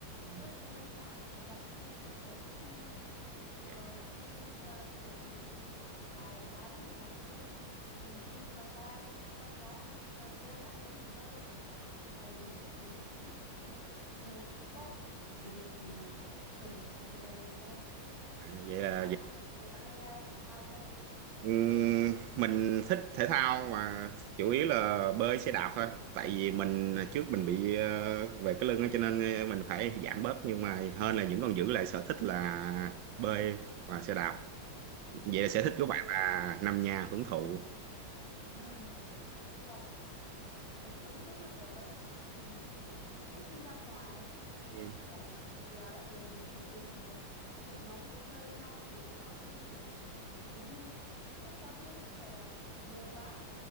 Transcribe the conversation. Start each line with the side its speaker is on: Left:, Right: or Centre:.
Right: Ừ.
Left: lướt video trên mạng hoặc là đọc những câu chuyện hoặc là xem phim thôi ờ,
Right: Dạ,
Left: xem phim là kiểu ngày kiểu ngày nào mà dài chán ấy là cứ tìm phim là coi coi chán rồi là thôi ăn uống nghỉ ngơi ngày nghỉ của mình là cũng ít khi lắm ít khi ấy. có tập thể dục thì tuần chắc một vài lần thôi
Right: Vậy là
Left: bạn
Right: vậy.
Left: hay tập thể dục bạn hay ờ, thể thao nhỉ
Right: Ừm, mình thích thể thao mà chủ yếu là bơi xe đạp thôi. Tại vì mình à, trước mình bị ờ, về cái lưng á, cho nên à, mình phải giảm bớt nhưng mà hơn là vẫn còn giữ lại sở thích là bơi và xe đạp. vậy là sở thích
Left: ờ.
Right: của bạn là nằm nhà hưởng thụ
Left: <laughs> đúng rồi thật sự đúng đúng là kiểu vậy chứ là mình kiểu ít khi ra ngoài ấy.
Right: ừ.
Left: chắc là bạn bè bạn bè rủ nhiệt tình hoặc là có một nhóm gì đấy chơi với nhau rủ với nhau đi thì mình mình đi Chứ cũng cũng có đi chứ không phải là lười quá